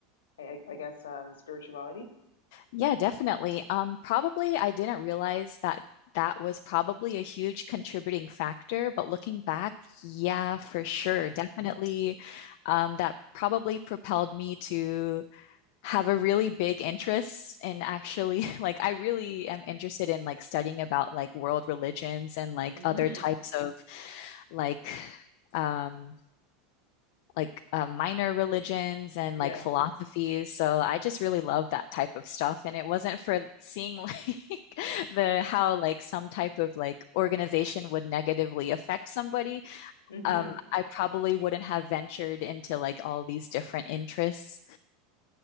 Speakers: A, on the left (about 80°); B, on the left (about 65°).
A: I, I guess um spirituality?
B: Yeah, definitely. Um, probably I didn't realize that that was probably a huge contributing factor, but looking back, yeah, for sure,
A: Yeah.
B: definitely, um, that probably propelled me to have a really big interest in actually <laughs> like I really am interested in like studying about like world religions and like
A: hmm
B: other types of like um like uh, minor religions and
A: Yeah.
B: like philosophies. So I just really love that type of stuff. And it wasn't for seeing like <laughs> the how like some type of like organization would negatively affect somebody.
A: hmm
B: Um, I probably wouldn't have ventured into like all these different interests